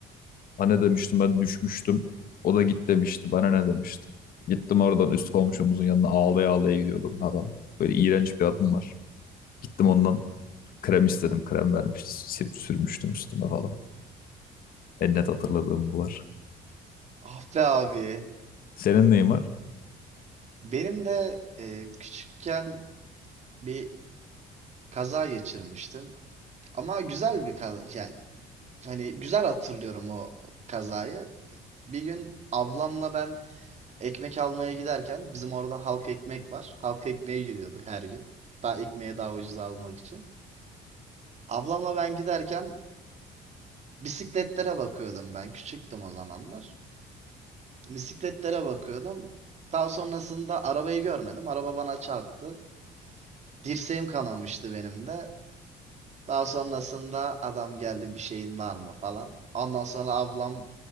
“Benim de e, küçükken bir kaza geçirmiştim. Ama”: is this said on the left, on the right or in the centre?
Right